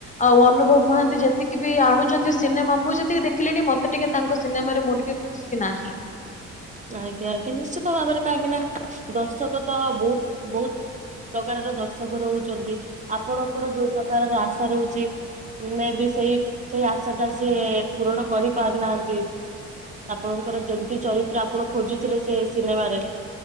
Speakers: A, on the left; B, on the right.
A: ଆଉ ଅନୁଭବ ମହାନ୍ତି ଯେତିକି ବି ଆଣୁଛନ୍ତି ସିନେମା ମୁଁ ଯେତିକି ଦେଖିଲିଣି ମ ମତେ ଟିକେ ତାଙ୍କ ସିନେମାରେ ମୁଁ ଟିକେ ଖୁସି ନାହିଁ।
B: ଆଜ୍ଞା ଆଜ୍ଞା ନିଶ୍ଚିତ ଭାବରେ କାହିଁକି ନା ଦର୍ଶକ ତ ବହୁତ ବହୁତ। ପ୍ରକାରର ଦର୍ଶକ ରହୁଛନ୍ତି ଆପଣଙ୍କର ଯୋଉ ପ୍ରକାରର ଆଶା ରହୁଚି ମେବି ସେଇ ସେଇ ଆଶା ଟା ସିଏ ପୂରଣ କରି ପାରୁନାହାନ୍ତି। ଆପଣଙ୍କର ଯେମିତି ଚରିତ୍ର ଆପଣ ଖୋଜୁଥିଲେ ସେ ସିନେମାରେ